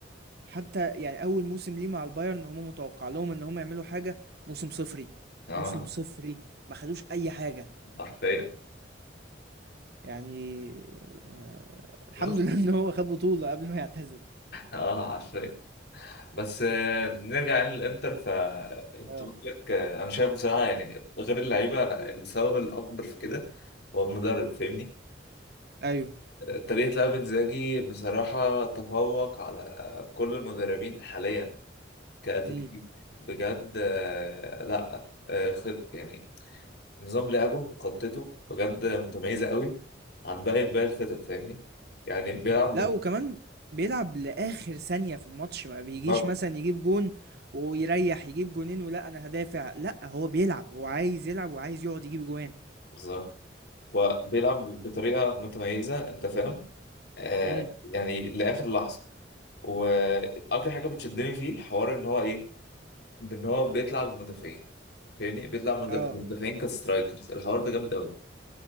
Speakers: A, on the right (about 60°); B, on the left (about 60°).
A: حتى يعني اول موسم ليه مع البايرن هم متوقع لهم ان هم يعملوا حاجه موسم صفري
B: اه
A: موسم صفري ما خدوش اي حاجه
B: حرفيا
A: يعني آه الحمد
B: بس
A: لله ان هو خد بطوله قبل ما يعتزل
B: اه حرفيا بس آه، نرجع يعني للانتر ف انت
A: اه
B: قلت لك آه، انا شايف بصراحة يعني غير اللعيبة أنا السبب الاكبر في كده هو المدرب فاهمني
A: ايوه
B: آه، طريقة لعب انزاجي بصراحة تفوق على كل المدربين حاليا كتكتيك
A: امم
B: بجد آه، لا آه، خ- يعني نظام لعبه وخطته بجد متميزه قوي عن باقي باقي الفرق فاهمني يعني بيلعب
A: لا وكمان بيلعب لاخر ثانيه في الماتش ما بيجيش
B: بال-
A: مثلا يجيب جون ويريح يجيب جونين ولا انا هدافع لا هو بيلعب هو عايز يلعب وعايز يقعد يجيب جوان
B: بالظبط وبيلعب بطريقه متميزه انت فاهم آه
A: امم
B: يعني لاخر لحظه واكتر حاجه بتشدني فيه حوار ان هو ايه بان هو بيطلع بالمدافعين فاهمني بيطلع بالمدافعين
A: اه
B: كسترايكرز الحوار ده جامد قوي